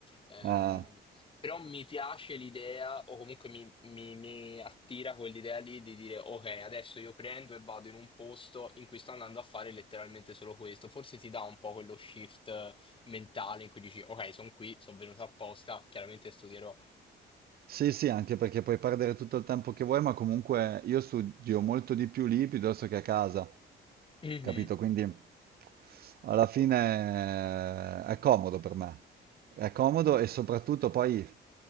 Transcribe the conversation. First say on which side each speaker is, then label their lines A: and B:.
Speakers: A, on the left; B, on the right.
A: Ehm,
B: Eh.
A: però mi piace l'idea, o comunque mi, mi- mi attira quell'idea lì di dire ok, adesso io prendo e vado in un posto in cui sto andando a fare letteralmente solo questo. Forse ti dà un po' quello shift mentale in cui dici, ok, sono qui, sono venuto apposta, chiaramente studierò.
B: Sì, sì, anche perché puoi perdere tutto il tempo che vuoi, ma comunque io studio molto di più lì piuttosto che a casa,
A: Mhm,
B: capito? Quindi alla fine eh, è comodo per me, è comodo e soprattutto poi